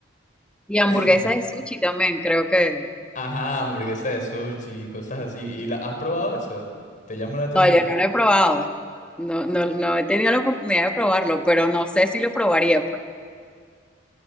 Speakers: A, in the centre; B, on the left.
A: Y hamburguesas
B: <laughs>
A: de sushi también, creo que.
B: Ajá, hamburguesa de sushi y cosas así. ¿Y la, has probado eso? ¿Te llama la atención?
A: No, yo no
B: <laughs>
A: lo he probado. No, no, no he tenido la oportunidad de probarlo, pero no sé si lo probaría, pues.